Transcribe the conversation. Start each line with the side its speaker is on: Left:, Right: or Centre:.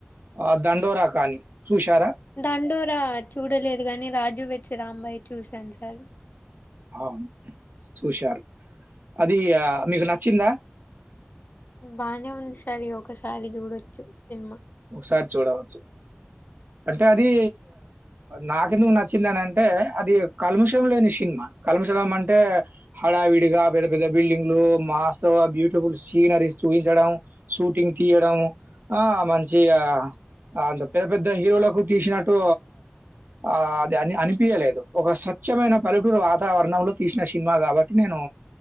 Right: ఆ దండోరా కానీ చూశారా
Left: దండోరా చూడలేదు గాని రాజు వెడ్స్ రాంబాయి చూశాను సార్
Right: అవును చూశారు అది మీకు నచ్చిందా
Left: బానే ఉంది సరి ఒకసారి చూడొచ్చు సినిమా
Right: ఒకసారి చూడవచ్చు అంటే అది నాకెందుకు నచ్చింది అని అంటే అది కల్ముషం లేని సినిమా కల్మశలం అంటే హడా విడిగా పెద్ద పెద్ద బిల్డింగ్లు మాస్త బ్యూటిఫుల్ సీనరీస్ చూబిన్చడం షూటింగ్ తీయడం డం ఆ మంచి అంత పెద్ద పెద్ద హీరోలకు తీసినట్టు ఆ అది అని అనిపియలేదు ఒక సత్యమైన పల్లెటూరు వాతావరణంలో తీసిన సినిమా కాబట్టి నేను